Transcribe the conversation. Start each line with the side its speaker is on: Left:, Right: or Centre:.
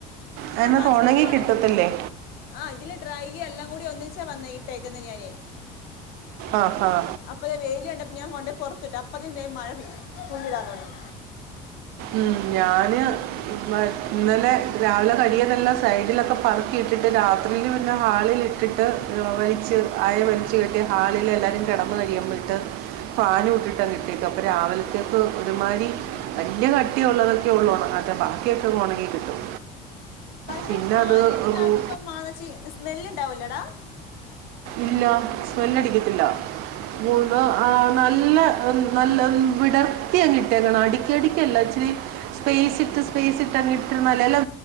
Right: അതിനകത്ത്
Left: ആ വാഷിംഗ്‌
Right: ഉണങ്ങി
Left: മെഷീൻ ഉണ
Right: കിട്ടത്തില്ലേ
Left: ആ ഇതില് ഡ്രൈ എല്ലാം കൂടി ഒന്നി ച്ച ഇട്ടേക്കുന്നെ ഞാന്
Right: ആ ആ
Left: അപ്പോദേ വെയില് കണ്ടപ്പോ ഞാൻ കൊണ്ടുപോയി പുറ ത്ടപ്പതിൻ ദേ മഴ പെയ് തുള്ളിടാൻ തൊടങ്ങി
Right: ഉം ഞാന് ഇന്ന് ഇന്നലെ രാവിലെ കഴികിയതെല്ലാം സൈഡിലൊക്കെ പറക്കിയിട്ടിട്ട് രാത്രീല് പിന്നെ ഹാളിൽ ഇട്ടിട്ട് <unintelligible> അ ല് വലിച്ച്കെട്ടി ഹാളിൽ എല്ലാരും കിടന്ന് കഴിയുമ്പോക്ക് ഫാനും ഇട്ട് അങ്ങ് ഇട്ടേക്കും അപ്പൊ രാവിലത്തേക്ക്‌ ഒരുമാരി വലിയ കട്ടിയുള്ളതൊക്കെ ഉള്ളൂ ഉണങ്ങാത്തെ ബാക്കി ഒക്കെ ഉണങ്ങി കിട്ടും
Left: പക്ഷെ
Right: പിന്നെ
Left: ഫാനിലിട്ട്
Right: അത്
Left: ഇതാക്കുമ്പോ
Right: റൂ
Left: മണച്ചി സ്മെല്ല് ഉണ്ടാവൂലടാ
Right: ഇല്ല സ്മെല്ലടിക്കത്തില്ല മൂന്ന്
Left: ആണോ
Right: ആ നല്ല നല്ല വിടർത്തിയങ്ങ് ഇട്ടേക്കണം അടിക്കടിക്കല്ല ഇച്ചിരി സ്പേസ് ഇട്ട് സ്പേസ് ഇട്ടങ് ഇട്ടിരുന്നാല് എല്ലാ